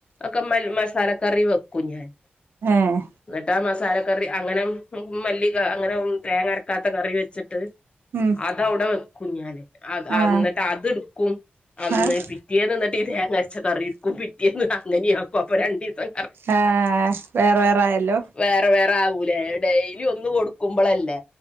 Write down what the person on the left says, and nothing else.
ഒക്കെ മസാലക്കറി വെക്കും ഞാൻ
എന്നിട്ട് മസാലക്കറി അങ്ങനെ മല്ലി അങ്ങനെ തേങ്ങരക്കാത്ത കറി വെച്ചിട്ട്
അതവിടെ വെക്കും ഞാന് അത്
എന്നിട്ട് അതെടുക്കും അന്ന്
പിറ്റേന്ന് എന്നിട്ട് തേങ്ങ അരച്ച കറി എടുക്കും പിറ്റേന്ന് അങ്ങനെയ ആക്കും അപ്പൊ രണ്ടിസം
വേറെ വേറെ ആവൂലേ ഡെയിലി ഒന്ന് കൊടുക്കുമ്പോളല്ലേ